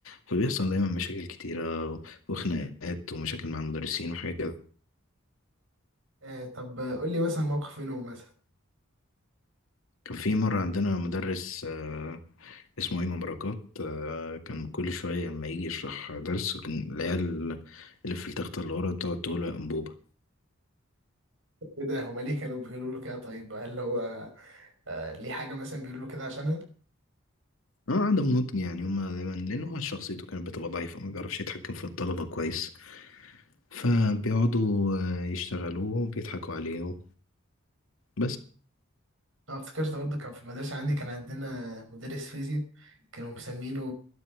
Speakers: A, on the left (about 75°); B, on the right (about 65°).
A: فبيحصل دايما مشاكل كتيرة وخناقات ومشاكل مع المدرسين وحاجات كده
B: آه، طب آه، قول لي مثلا موقف منهم مثلا
A: كان في مرة عندنا مدرس آه، اسمه إمام بركات آه، كان كل شوية لما يجي يشرح درس كان العيال اللي في التختة اللي ورا تقعد تقول يا أنبوبة
B: ايه ده هما ليه كانوا بيقولوا له كده طيب هل هو آه، ليه حاجه مثلا بيقولوا له كده عشانها
A: اه عدم نضج يعني هما دايما لأن هو شخصيته كانت بتبقى ضعيفة ما بيعرفش يتحكم في الطلبة كويس فبيقعدوا آه، يشتغلوه وبيضحكوا عليه بس
B: أنا افتكرت برضه كان في المدرسة عندي كان عندنا مدرس فيزياء كانوا مسمينه